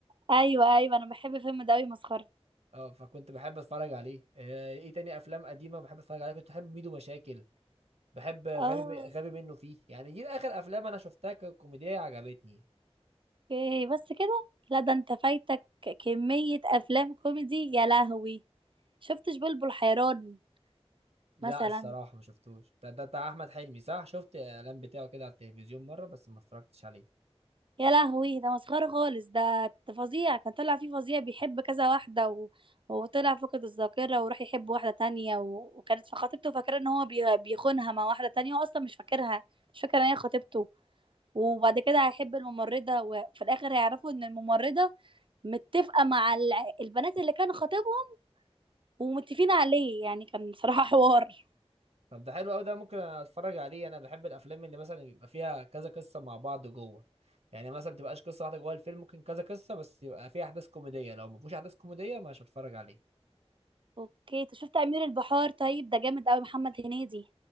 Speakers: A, on the right; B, on the right.
A: ايوه ايوه انا بحب الفيلم ده قوي مسخرة
B: اه فكنت بحب أتفرج عليه آه، إيه تاني أفلام قديمة بحب أتفرج عليها كنت بحب ميدو مشاكل بحب غبي
A: اه
B: غبي منه فيه يعني دي آخر أفلام أنا شفتها ككوميدية عجبتني
A: اوكي بس كده لا ده انت فايتك كمية افلام كوميدي يا لهوي شفتش بلبل حيران
B: لا
A: مثلا
B: الصراحة ما شفتوش ده ده بتاع أحمد حلمي صح شفت الإعلان بتاعه كده على التلفزيون مرة بس ما اتفرجتش عليه
A: يا لهوي ده مسخرة خالص ده فظيع كان طلع فيه فظيع بيحب كذا واحدة و... وطلع فقد الذاكرة وراح يحب واحدة تانية و... وكانت في خطيبته فاكرة ان هو بي... بيخونها مع واحدة تانية واصلا مش فاكرها مش فاكرة ان هي خطيبته وبعد كده هيحب الممرضة وفي الآخر هيعرفوا ان الممرضة متفقة مع الع- البنات اللي كان خطيبهم ومتفقين عليه يعني كان صراحة حوار
B: طب ده حلو قوي ده ممكن اتفرج عليه انا بحب الافلام اللي مثلا بيبقى فيها كذا قصه مع بعض جوه يعني مثلا ما تبقاش قصه واحده جوه الفيلم ممكن كذا قصه بس يبقى فيها احداث كوميديه لو ما فيهوش احداث كوميديه مش هتفرج عليه
A: اوكي انت شفت أمير البحار طيب ده جامد قوي محمد هنيدي